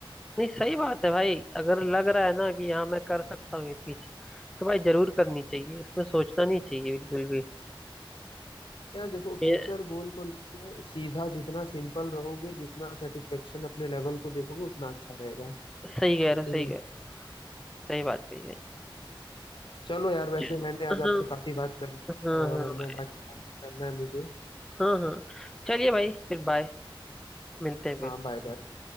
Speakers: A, in the centre; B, on the left.
A: नहीं सही बात है भाई अगर लग रहा है ना कि हाँ मैं कर सकता हूँ ये चीज तो भाई जरूर करनी चाहिए इसमें सोचना नहीं चाहिए बिल्कुल भी
B: यार देखो
A: ये
B: फ्यूचर गोल को लेके सीधा जितना सिंपल रहोगे जितना सेटिस्फेक्शन अपने लेवल को देखोगे उतना अच्छा रहेगा
A: सही कह
B: ठीक
A: रहे हो सही
B: है
A: कह रहे हो सही बात कही है
B: चलो यार वैसे
A: च-
B: मैंने आज
A: हाँ
B: आपसे काफी बात करी
A: हाँ
B: और
A: हाँ
B: मैं बाकी काम भी करना है मुझे
A: हाँ हाँ चलिए भाई फिर बाय मिलते हैं फिर
B: हाँ बाय बाय